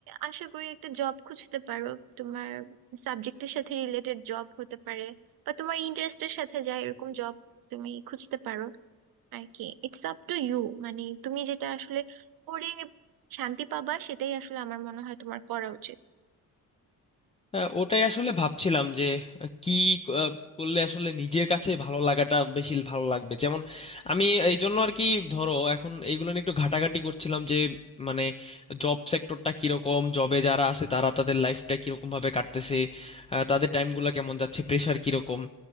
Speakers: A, on the right (about 70°); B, on the left (about 20°).
A: আশা করি একটা জব খুঁজতে পারো তোমার সাবজেক্টের সাথে রিলেটেড জব হতে পারে বা তোমার ইন্টারেস্টের সাথে যায় এরকম জব তুমি খুঁজতে পারো আর কি It's up to you মানে তুমি যেটা আসলে করে শান্তি পাবা সেটাই আসলে আমার মনে হয় তোমার করা উচিত
B: হ্যাঁ, ওটাই আসলে ভাবছিলাম যে আহ, কি আহ, করলে আসলে নিজের কাছে ভালো লাগাটা বেশি ভালো লাগবে যেমন আমি এই জন্য আর কি ধরো এখন এইগুলো নিয়ে একটু ঘাটাঘাটি করছিলাম যে মানে জব সেক্টরটা কিরকম জবে যারা আছে তারা তাদের লাইফটা কিরকম ভাবে কাটতেছে আহ, তাদের টাইমগুলো কেমন যাচ্ছে প্রেশার কিরকম